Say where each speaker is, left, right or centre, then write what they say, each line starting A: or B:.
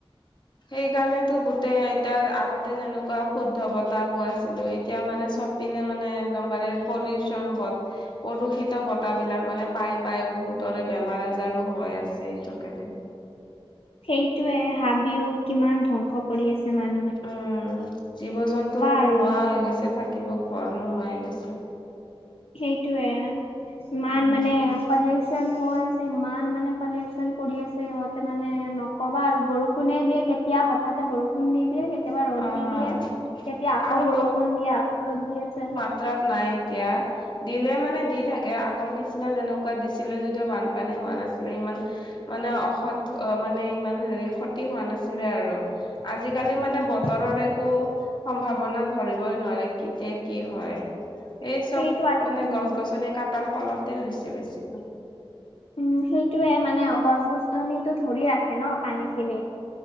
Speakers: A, on the left (about 50°); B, on the left (about 80°).
A: সেইকাৰণেতো গোটেই এতিাৰ আগতে যেনেকুৱা শুদ্ধ বতাবোৰ আছিলো এতিয়া মানে চব পিনে মানে একদমবাৰে পলিউচন বথ প্ৰদূষিত বত বিলাক মানে পাই পাই বহুতৰে বেমাৰ আজাৰো হয় আছে, এইটো কাৰণে
B: সেইটোৱে, হাবিও কিমান ধ্বংস কৰে কৰি আছে মা
A: উম, জীৱ জন্তুৰ নোহোৱা
B: আৰু
A: হৈ গৈছে থাকিব ঘৰ নোহোৱা হৈ গৈছে
B: সেইটয়ে ইমান
A: উম
B: মানে পলিউশন হয় ইমান মানে, পলিউচন কৰি আছে সিহঁতে মানে ক'বা আৰু বৰষুণে দিয়ে কেতিয়া, হঠাতে বৰষুণ খু দি দিয়ে, কেতিয়াবা ৰ'দ
A: অ
B: দি দিয়ে কেতিয়া আকৌ
A: আৰু
B: বৰষুণ দিয়ে আকৌ ৰ'দ দি আছে
A: যাত্ৰাত নাই এতিয়া দিলে মানে দি থাকে, আগৰ নিচিনা যেনেকুৱা দিছিলে, যদিও বানপানী হোৱা নাছিলে ইমান মানে অসৎ অ, মানে ইমান হেৰি ক্ষতি হোৱা নাছিলে আৰু আজি আজিকালি
B: উম
A: মানে, বতৰৰ একো সম্ভাৱনা ধৰিবই নোৱাৰে কেতিয়া কি হয় এই চব
B: সেইটো
A: মানে,
B: উম
A: গছ গছনি কাটাৰ ফলতে হৈছে বেছিভাগ
B: উম, সেইটোয়ে মানে গছ গছ টো ধৰি ৰাখে ন পানী খিনি,